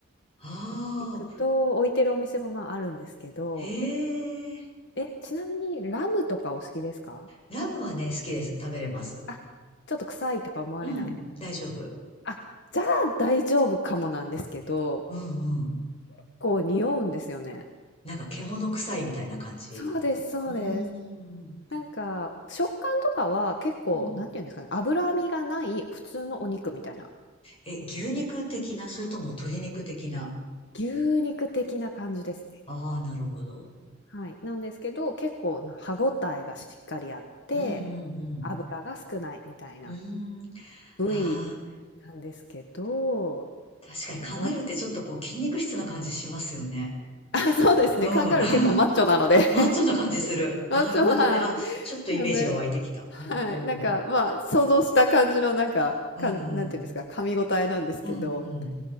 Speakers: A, on the left (about 30°); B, on the left (about 60°).
A: ああ、
B: 行くと置いてるお店も、まあ、あるんですけど、
A: へえ。
B: え、ちなみにラムとかお好きですか？
A: ラムはね、好きです。食べれます。
B: あ、ちょっと臭いとか思われない？
A: うん、大丈夫。
B: あ、じゃあ大丈夫かもなんですけど、
A: うんうん。
B: こう匂うんですよね。
A: なんか獣臭いみたいな感じ。
B: そうです、そうです。
A: うーん。
B: なんか、食感とかは結構、
A: うん。
B: なんていうんですかね、脂身がない普通のお肉みたいな、
A: え、牛肉的な、それとも鶏肉的な。
B: 牛肉的な感じですね。
A: ああ、なるほど。
B: はい。なんですけど、結構な歯ごたえがしっかりあって、
A: うんうん
B: 脂が少ないみたいな
A: うん。うーん。
B: 部位
A: ああ、
B: なんですけど、
A: 確かにカンガルーってちょっとこう筋肉質な感じしますよね。
B: わ <laughs> あ、そうですね、
A: うん。
B: カンガルー結構マッチョなので
A: <laughs>
B: <laughs>、
A: マッチョな感じする。なるほどね。
B: マッチョな、
A: あ、ちょっとイメージが湧いてきた。
B: なんで
A: おー。
B: はい、なんか、まあ、想像した感じの、なんか、
A: うんうん。
B: かん、なんていうんですか、噛み応えなんですけど、
A: うん